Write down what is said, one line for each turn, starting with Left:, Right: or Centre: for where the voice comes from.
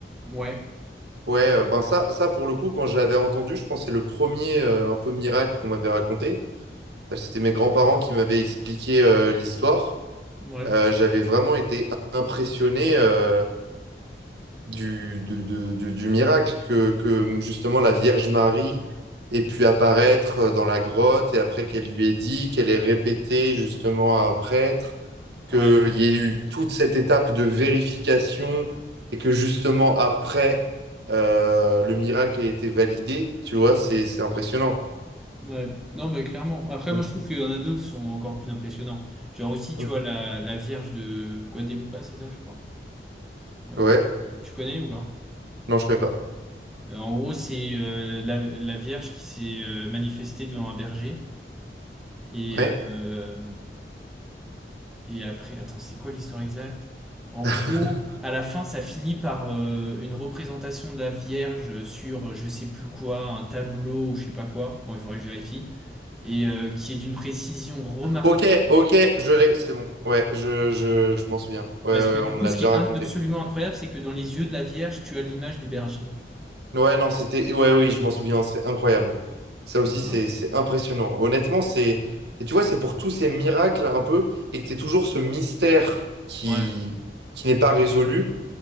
Centre: Ouais,
Right: Ouais, euh, ben ça, ça pour le coup, quand je l'avais entendu, je pense que c'est le premier euh, un peu miracle qu'on m'avait raconté. Euh, C'était mes grands-parents qui m'avaient expliqué euh, l'histoire.
Centre: ouais,
Right: Euh, j'avais vraiment été impressionné euh, du, de- de- de- du miracle que, que justement la Vierge Marie ait pu apparaître euh, dans la grotte et après qu'elle lui ait dit, qu'elle ait répété justement à un prêtre, qu'il
Centre: ouais,
Right: y ait eu toute cette étape de vérification et que justement après euh, le miracle ait été validé, tu vois, c'est, c'est impressionnant.
Centre: ouais. Non, mais clairement. Après,
Right: Mm,
Centre: moi, je trouve qu'il y en a d'autres qui sont encore plus impressionnants. Genre aussi, tu
Right: mm.
Centre: vois, la, la Vierge de Guadalupe, c'est ça, je crois. Euh,
Right: Ouais,
Centre: tu connais ou pas?
Right: non, je ne connais pas.
Centre: Euh, En gros, c'est euh, la, la Vierge qui s'est euh, manifestée devant un berger. Et,
Right: Ouais.
Centre: euh, Et après, attends, c'est quoi l'histoire exacte? En
Right: <laughs>
Centre: gros, à la fin, ça finit par euh, une représentation de la Vierge sur euh, je sais plus quoi, un tableau ou je sais pas quoi. Bon, il faudrait que je vérifie. Et euh, qui est d'une précision remarquable.
Right: Ok, ok, je l'ai, c'est bon. Ouais, je, je, je m'en souviens. Ouais,
Centre: Parce
Right: ouais, ouais,
Centre: que du
Right: on me
Centre: coup,
Right: l'a
Centre: ce
Right: déjà
Centre: qui est
Right: raconté.
Centre: in- absolument incroyable, c'est que dans les yeux de la Vierge, tu as l'image du berger.
Right: Ouais, non, c'était. Ouais, oui, je m'en souviens, c'est incroyable. Ça
Centre: Donc,
Right: aussi,
Centre: non.
Right: c'est c'est impressionnant. Honnêtement, c'est. Et tu vois, c'est pour tous ces miracles un peu, et que tu toujours ce mystère qui,
Centre: Ouais,
Right: qui n'est pas résolu.